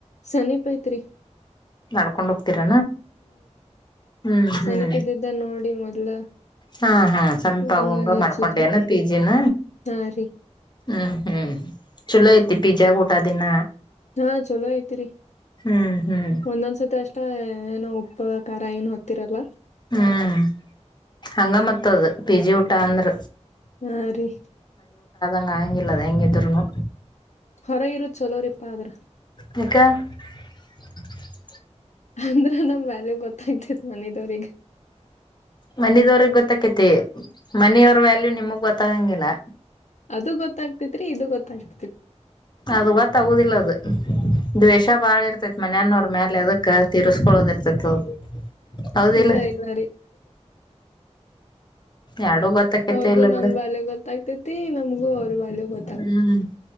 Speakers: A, on the left; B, on the left.
A: ಸನಿ ಪೈತ್ರಿ.
B: ನಡ್ಕೊಂಡು ಹೋಗ್. ರ ಹ್ಮ್ ಹ್ಮ್
A: ಸಮೀಪ ಇದ್ದಿದ್ದ ನೋಡಿ ಮೊದ್ಲ
B: ಹಾ ಹ್ಮ ಸಮೀಪ
A: ಪ್ಲಾನ್
B: ಆಂಗ
A: ಮಾಡಿ ಹಚ್ಚಿದ್ವಿ
B: ಮಾಡ್ಕೊಂಡೆನ ಪಿ ಜಿನ
A: ಹಾ ರೀ
B: ಹ್ಮ್. ಹ್ಮ್ ಚಲೋ ಐತಿ ಪಿಜ್ಜಾ ಕೂಟ ದಿನ.
A: ಹಾ ಚಲೋ ಐತಿರಿ
B: ಹ್ಮ್ ಹ್ಮ್
A: ಒಂದೊಂದ್ಸತಿ. ಅಷ್ಟ ಏನೋ ಉಪ್ಪ. ಏನು ಹತ್ತಿರಲ್ಲ
B: ಹ್ಮ್ ಹಂಗ ಮತ್ತದ ಪಿ ಜಿ ಊಟ ಅಂದ್ರ
A: ಹಾ ರೀ
B: ಂ ಆಂಗಿಲ್ಲ ಹಂಗಗೆ ತರನು
A: ಹೊರಗ ಇರುದ ಚಲೋರಿಪ್ಪ ಆದ್ರ
B: ಮಕ್ಕೆ <unintelligible>
A: ಅಂದ್ರ ನಮ್ ವ್ಯಾಲ್ಯ ಗೊತ್ತಾಯ್ತತ್ ಮನದವ್ರಗ
B: ಮನದವ್ರಗ್ ಗೊತ್ತಕೇತಿ ಮನಿಯವ್ರ ವ್ಯಾಲ್ಯೂ ನಿಮಗ್ ಗೊತ್ತಾಗಂಗಿಲ್ಲ
A: ಅದು ಗೊತ್ತಾಗ್ತತ್ರಿ ಇದು ಗೊತ್ತಾಗ್ತಿ
B: ಅದು ಗತ್ತ ಆಗುದಿಲ್ಲ ಅದು ದ್ವೇಷ ಬಾಳ ಇರ್ತೇತ್ ಮನಯನ್ನ ಅವ್ರ ಮೇಲೆ ಅದಕ್ಕ ತೀರ್ಸ್ಕೊೊಳ್ಳೋದಿ ಇರ್ತೈತ್ ಅ ಹೌದಿಲ್ಲ
A: ಇಲ್ಲ ಇಲ್ಲ
B: ಎರಡೂ ಗೊತ್ತಕೈತೆ
A: ಅವ್ರಗೂ
B: ಇಲ್ಲ
A: ನಮ್
B: ಬಿಡು
A: ಬಾಲ್ಯ ಗೊತ್ತಾಗ್ತೇತಿ ನಮ್ಗೂ ಅವ್ರ ಬಾಲ್ಯ ಗೊತ್ತ.
B: ಹ್ಮ್.